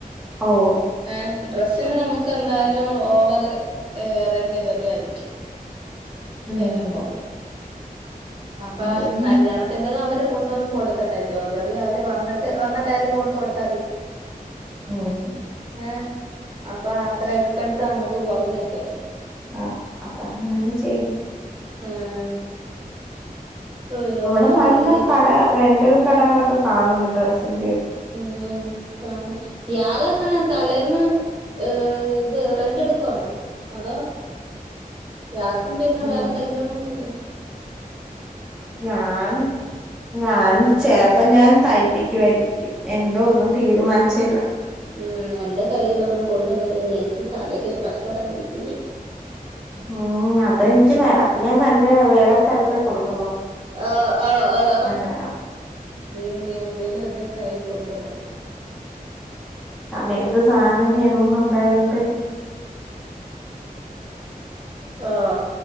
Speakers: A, in the centre; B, on the right (about 35°).
A: ഓഹ്
B: ഏ ഡ്രസ്സിന് നമുക്ക് എന്തായാലും ഓ അവറ് ഏ റെന്റെ വരുവായിരിക്കും
A: ഉം
B: ചിലപ്പോ അപ്പൊ
A: ഉം
B: കല്യാണത്തിന്റത് അവരെ കൊണ്ടുവന്ന് കൊടുക്കട്ടെ ജ്വലറി അവര് വന്നി ട്ട് വന്നിട്ടായാലും കൊണ്ട കൊടുത്താതി
A: ഉം
B: ആഹ് അപ്പൊ അത്ര എക്സ്പെൻസ് നമ്മ ഇപ്പ കുറഞ്ഞകിട്ടല്ലേ
A: ആഹ് അപ്പൊ അങ്ങനെ ചെയ്യും
B: ആഹ് അയ്യോ
A: ഇവിടെ നല്ല
B: വയ്യ
A: കട റെന്റൽ കടകളൊക്കെ കാണൊല്ലോ ഡ്രസ്സിന്റെ
B: ഉം കാണ യാള ങ്ങന തലേന്ന് ഈഹ് ഇത് റെന്റ് എടുക്കുവാണ അതോ യാക്കും പിന്നെ
A: ഉം
B: വേറെ കല്യാണന്നുല്ലേ
A: ഞാൻ ഞാൻ ചെലപ്പോ ഞാൻ തയ്പ്പിക്കുവായിരിക്കും എന്തോ ഒന്നും തീരുമാനിച്ചില്ല
B: ഉം എൻറെ കയ്യിലൊന്നും കൊണ്ട് വരല്ലേ എനിക്ക് തലക്ക് പ്രഷർ ആയിരിക്കുവെ
A: ഉം അത എനിക്ക് അത് ഞാൻ നല്ല വേറെ സ്ഥലത്തെ കൊടുക്കു
B: ഓഹ് ഓഹ് ഓഹ്
A: വേണം
B: നീ ഇനി എന്തേലും ഒന്ന് കൈ കൊണ്ട് ബാ
A: സമയത്ത് സാധനം വേണൊന്നൊണ്ടായൊണ്ട്
B: ആഹ്